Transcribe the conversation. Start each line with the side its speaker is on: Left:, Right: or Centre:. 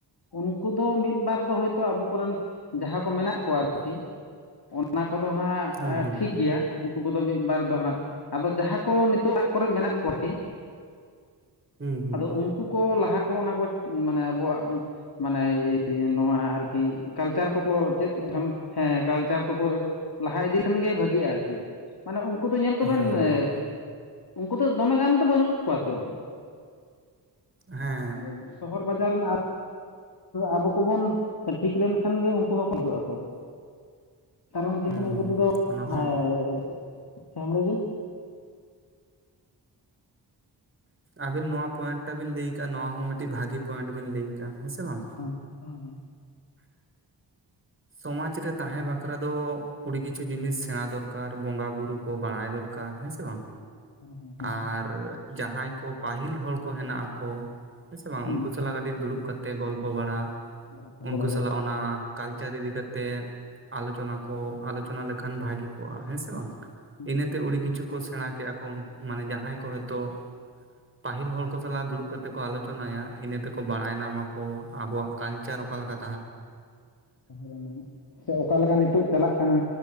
Left: ᱩᱱᱠᱩ ᱫᱚ ᱢᱤᱫ ᱵᱟᱨ ᱫᱚ ᱦᱚᱭᱛᱚ ᱟᱵᱚ ᱠᱚᱨᱮᱱ ᱡᱟᱦᱟᱸ ᱠᱚ ᱢᱮᱱᱟᱜ ᱠᱚᱣᱟ ᱟᱨᱠᱤ ᱚᱱᱟ ᱠᱚᱫᱚ ᱦᱟᱸᱜ
Right: ᱦᱮᱸ ᱦᱮᱸ ᱦᱮᱸ
Left: ᱠᱮᱭᱟ ᱩᱱᱠᱩ ᱠᱚᱫᱚ ᱢᱤᱫ ᱵᱟᱨ ᱫᱚ ᱦᱟᱸᱜ ᱟᱫᱚ ᱡᱟᱦᱟᱸ ᱠᱚ ᱱᱤᱛᱚᱜ ᱚᱲᱟᱜ ᱠᱚᱨᱮ ᱢᱮᱱᱟᱜ ᱠᱚᱣᱟ ᱠᱤ
Right: ᱦᱩᱸ ᱦᱩᱸ
Left: ᱟᱫᱚ
Right: ᱦᱩᱸ
Left: ᱩᱝᱠᱩ ᱠᱚ ᱞᱟᱦᱟ ᱠᱚ ᱚᱱᱟ ᱠᱚ ᱢᱟᱱᱮ ᱟᱵᱚᱣᱟᱜ ᱢᱟᱱᱮ ᱱᱚᱣᱟ ᱟᱨ ᱠᱤ ᱠᱟᱞᱪᱟᱨ ᱠᱚᱠᱚ ᱪᱮᱫ ᱠᱷᱟᱱ ᱦᱮᱸ ᱠᱟᱞᱪᱟᱨ ᱠᱚᱠᱚ ᱞᱟᱦᱟ ᱤᱫᱤ ᱠᱷᱟᱱ ᱜᱮ ᱵᱷᱟᱹᱜᱤᱜᱼᱟ ᱟᱨᱠᱤ ᱢᱟᱱᱮ ᱩᱱᱠᱩ ᱫᱚ ᱧᱮᱞ ᱠᱚᱵᱮᱱ
Right: ᱦᱮᱸ
Left: ᱮ
Right: ᱦᱮᱸ
Left: ᱩᱝᱠᱩ ᱫᱚ ᱫᱚᱢᱮ ᱜᱟᱱ ᱫᱚ ᱵᱟᱹᱱᱩᱜ ᱠᱚᱣᱟ ᱛᱚ
Right: ᱦᱮᱸ
Left: ᱟᱨ ᱥᱚᱦᱚᱨ ᱵᱟᱡᱟᱨ ᱨᱮᱱ ᱟᱛᱽ ᱟᱵᱚ ᱠᱚᱵᱚᱱ ᱴᱷᱤᱠ ᱞᱮᱱᱠᱷᱟᱱ ᱜᱮ ᱚᱝᱠᱳ ᱦᱚᱸ ᱠᱚ ᱴᱷᱤᱠᱚᱜ ᱟᱠᱚ ᱠᱟᱨᱚᱱ ᱡᱮᱦᱮᱛᱩ
Right: ᱦᱩᱸ
Left: ᱩᱝᱠᱩ ᱛᱮᱫᱚ
Right: ᱚᱱᱟ ᱦᱚᱸ
Left: ᱢᱟ ᱪᱮᱜ ᱟᱪᱪᱷᱟ ᱟᱢ ᱞᱟᱹᱭ ᱢᱮ
Right: ᱟᱵᱤᱱ ᱱᱚᱣᱟ ᱯᱚᱭᱮᱱᱴ ᱴᱟ ᱵᱤᱱ ᱞᱮᱭ ᱠᱟᱜᱼᱟ ᱱᱚᱣᱟ ᱦᱚᱸ ᱢᱤᱜᱴᱤᱡ ᱵᱷᱟᱜᱤ ᱯᱚᱭᱮᱱᱴ ᱵᱤᱱ ᱞᱮᱭ ᱠᱟᱜᱟ ᱦᱮᱸᱥᱮ ᱵᱟᱝ?
Left: ᱦᱚ ᱦᱩ ᱦᱩ
Right: ᱥᱚᱢᱟᱡ ᱨᱮ ᱛᱟᱦᱮᱸ ᱵᱟᱠᱷᱨᱟ ᱫᱚ ᱩᱲᱤ ᱠᱤᱪᱷᱩ ᱡᱤᱱᱤᱥ ᱥᱮᱬᱟ ᱫᱚᱨ ᱠᱟᱨ ᱵᱚᱸᱜᱟ ᱵᱩᱨᱩ ᱠᱚ ᱵᱟᱲᱟᱭ ᱫᱚᱨᱠᱟᱨ ᱦᱮᱸ ᱥᱮ ᱵᱟᱝ
Left: ᱦᱮᱸ ᱦᱮᱸ ᱦᱮᱸ
Right: ᱟᱨ ᱡᱟᱦᱟᱸᱭ ᱠᱚ ᱯᱟᱹᱦᱤᱞ ᱦᱚᱲ ᱠᱚ ᱦᱮᱱᱟᱜ ᱟᱠᱚ ᱦᱮᱸᱥᱮ ᱵᱟᱝ
Left: ᱦᱮᱸ
Right: ᱩᱱᱠᱩ ᱥᱟᱞᱟᱜ ᱠᱟᱹᱴᱤᱡ ᱫᱩᱲᱩᱵ ᱠᱟᱛ ᱛᱮ ᱜᱚᱞᱯᱚ ᱵᱟᱲᱟ
Left: <inaudible>
Right: ᱠᱩ ᱥᱟᱞᱟᱜ ᱚᱱᱟ ᱠᱟᱞᱪᱟᱨ ᱤᱫᱤ ᱠᱟᱛᱮ ᱟᱞᱳᱪᱚᱱᱟ ᱠᱚ
Left: ᱦᱮᱸ
Right: ᱟᱞᱳᱪᱚᱱᱟ ᱞᱮ ᱠᱷᱟᱱ ᱵᱷᱟᱹᱜᱤ ᱠᱚᱜᱼᱟ ᱦᱮᱸ ᱥᱮ ᱵᱟᱝ?
Left: ᱦᱮᱸ
Right: ᱤᱱᱟᱹᱛᱮ ᱩᱲᱤ ᱠᱤᱪᱷᱩ ᱠᱚ ᱥᱤ ᱥᱮᱬᱟ ᱠᱮᱜᱼᱟ ᱠᱚ ᱩᱱ ᱢᱟᱱᱮ ᱡᱟᱦᱟᱸᱭ ᱠᱚ ᱦᱚᱭᱛᱳ ᱯᱟᱹᱦᱤᱞ ᱦᱚᱲ ᱠᱚ ᱥᱟᱞᱟᱜ ᱫᱩᱲᱩᱵ ᱠᱟᱛᱮ ᱠᱚ ᱟᱞᱳᱪᱚᱱᱟᱭᱟ ᱤᱱᱟᱹ ᱛᱮᱠᱚ ᱵᱟᱲᱟᱭ ᱱᱟᱢᱟ ᱠᱚ ᱟᱵᱚᱣᱟᱜ ᱠᱟᱞᱪᱟᱨ ᱚᱠᱟᱞᱮᱠᱟ
Left: ᱛᱟᱦᱮᱸ ᱞᱮᱱᱟ ᱥᱮ ᱚᱠᱟᱞᱮᱠᱟ ᱱᱤᱛᱳᱜ ᱪᱟᱞᱟᱜ ᱠᱟᱱᱟ